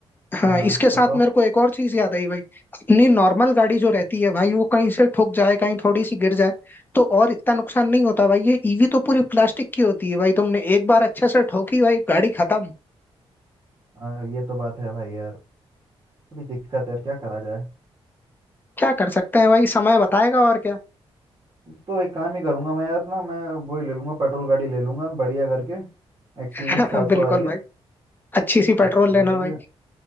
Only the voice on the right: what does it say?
हाँ
बताओ
हाँ ये तो बात है भाई यार बड़ी दिक्कत है यार क्या करा जाए
तो एक काम ही करूंगा मैं यार ना मैं वो ही ले लूंगा पेट्रोल गाड़ी ले लूंगा बढ़िया करके एक्सयूवी
सात
सौ आ रही है
हाँ
वो
लेके